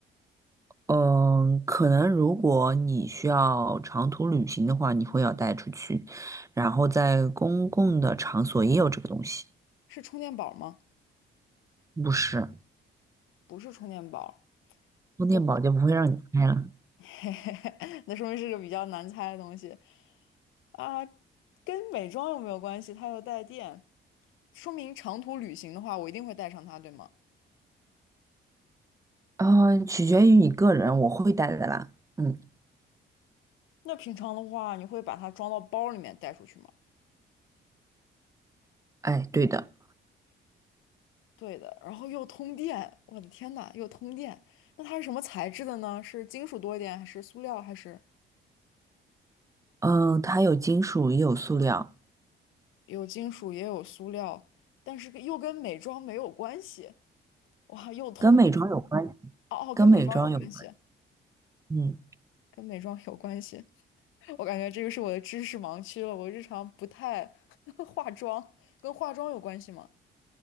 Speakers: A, on the right (about 15°); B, on the left (about 85°).
A: 嗯，可能如果你需要长途旅行的话，你会要带出去，然后在公共的场所也有这个东西。
B: 是充电宝吗？
A: 不是。
B: 不是充电宝，
A: 充电宝就不会让你开了。
B: 公，<laughs> 那说明是个比较难猜的东西。啊，跟美妆又没有关系，它又带电，说明长途旅行的话，我一定会带上它，对吗？
A: 嗯，取决于你个人，我会带的啦。嗯，
B: 那平常的话，你会把它装到包里面带出去吗？
A: 哎，对的，
B: 对的，然后又通电，我的天呐，又通电。那它是什么材质的呢？是金属多一点，还是塑料，还是
A: 嗯、它有金属也有塑料，
B: 有金属也有塑料，但是又跟美妆没有关系。哇，又通电，
A: 跟美妆有关，
B: 哦哦，
A: 跟美妆有关，
B: 跟美妆有关系，
A: 嗯，
B: 跟美妆有关系。我感觉这个是我的知识盲区了。我日常不太 <laughs> 化妆，跟化妆有关系吗？